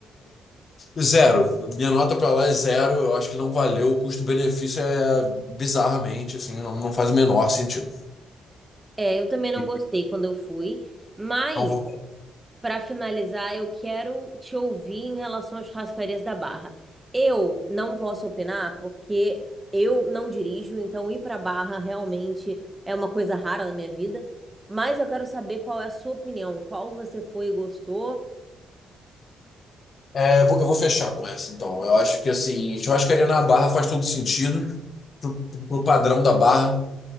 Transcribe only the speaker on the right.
É, eu também não
gostei quando eu fui. Mas
Para finalizar, eu quero te ouvir em relação às churrascarias da Barra. Eu não posso opinar porque eu não dirijo, então ir para Barra realmente é uma coisa rara na minha vida. Mas eu quero saber qual é a sua opinião, qual você foi e gostou.